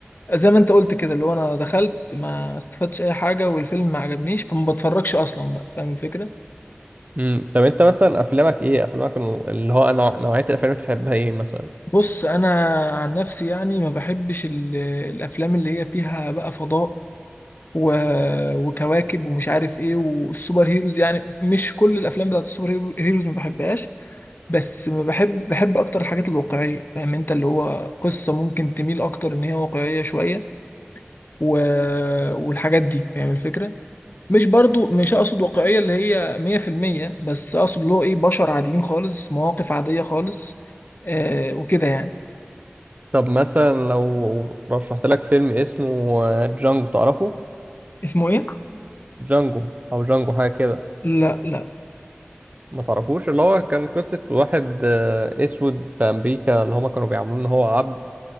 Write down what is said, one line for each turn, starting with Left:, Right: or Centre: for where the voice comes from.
Left: زي ما انت قلت كده اللي هو انا دخلت ما استفدتش اي حاجه والفيلم ما عجبنيش فما بتفرجش اصلا بقى فاهم الفكره
Right: امم طب انت مثلا افلامك ايه افلامك النوع- اللي هو نوع- نوعية الافلام اللي بتحبها ايه مثلا
Left: بص انا عن نفسي يعني ما بحبش ال- الافلام اللي هي فيها بقى فضاء و... وكواكب ومش عارف ايه والسوبر هيروز يعني مش كل الافلام بتاعت السوبر هيرو- هيروز ما بحبهاش بس ما بحب بحب اكتر الحاجات الواقعيه فاهم انت اللي هو قصه ممكن تميل اكتر ان هي واقعيه شويه و... والحاجات دي فاهم الفكره مش برضو مش اقصد واقعيه اللي هي 100% بس اقصد اللي هو ايه بشر عاديين خالص مواقف عاديه خالص آه وكده يعني
Right: طب مثلا لو رشحت لك فيلم اسمه آه، جانجو تعرفه
Left: اسمه ايه
Right: جانجو او جانجو حاجة كده
Left: لا لا
Right: ما تعرفوش اللي هو كان قصة واحد آه، اسود في امريكا اللي هما كانوا بيعاملوه ان هو عبد